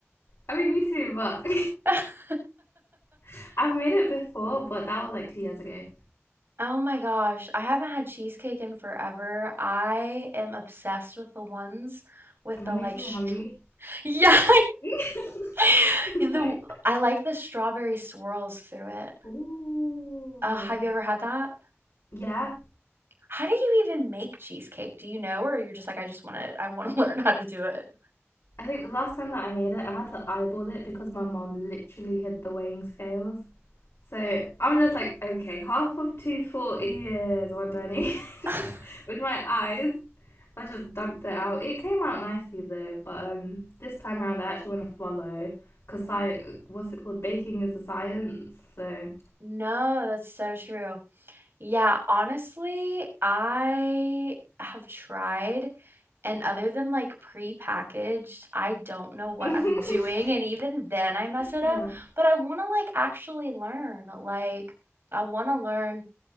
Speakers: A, on the left; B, on the right.
A: I mean, me too, but
B: <laughs>
A: <laughs> I've made it before, but that was like two years ago.
B: Oh my gosh, I haven't had cheesecake in forever. I am obsessed with the ones with
A: Am
B: the
A: I making
B: like str
A: you hungry?
B: Yeah,
A: <laughs>
B: <laughs>
A: I'm
B: the
A: sorry.
B: I like the strawberry swirls through it.
A: Ooh,
B: Uh, have you ever had that?
A: yeah.
B: How do you even make cheesecake? Do you know, or you're just like, I just want to, I want to <laughs> learn how to do it?
A: I think the last time that I made it, I had to eyeball it because my mom literally hid the weighing scales. So I'm just like, okay, half of 240 is 120
B: <laughs>
A: <laughs> with my eyes. I just dunked it out. It came out nicely though, but um, this time around I actually want to follow because sci- what's it called? Baking is a science. So
B: No, that's so true. Yeah, honestly, I have tried, and other than like pre-packaged, I don't know what
A: <laughs>
B: I'm <laughs> doing, and even then I mess it
A: yeah.
B: up. But I want to like actually learn. Like I want to learn